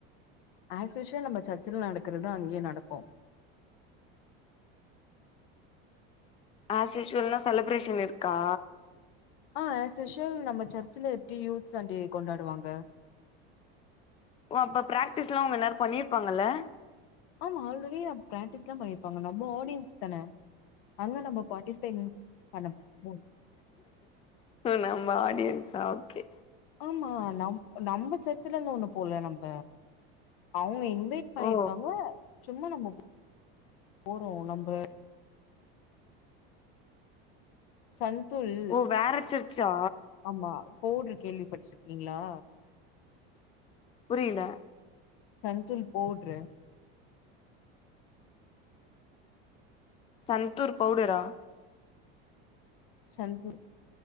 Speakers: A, on the left (about 75°); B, on the left (about 20°).
A: ஏஸ் யுஸ்வல் நம்ம சர்ச்சுல நடக்கறதா அங்கியு நடக்கு
B: ஏஸ் யுஷ்வல்னா செலிப்ரேஷன் இருக்கா
A: அ ஏஸ் யுஷ்வல் நம்ம சர்ச்ல எப்டி யூத் சண்டே கொண்டாடுவாங்க
B: ஓ அப்போ ப்ராக்டிஸ்லா அவங்க இந்நேரோ பண்ணிருப்பாங்கல
A: ஆமா ஆல்ரெடி ப்ராக்டிஸ்லா பண்ணிருப்பாங்க நம்ப ஆடியன்ஸ் தான அங்க நம்ம பார்ட்டிசிபேட் பண்ண போறோ
B: நம்ம ஆடியன்ஸா ஓகே
A: ஆமா நம் நம்ம சர்ச்சல இருந்து ஒண்ணு போல நம்ம அவங்க இங் இன்வெயிட் பண்ணிருக்காங்க
B: ஓ
A: சும்மா நம்ம போறோ நம்ப சந்துல்
B: ஓ வேற சர்ச்சா
A: ஆமா பேப்வ்டுரு கேள்விப்பட்ருக்கீங்ளா
B: புரில
A: சந்துல் போப்வ்டுரு
B: சந்தூர் பவுடரா
A: சந்தூர்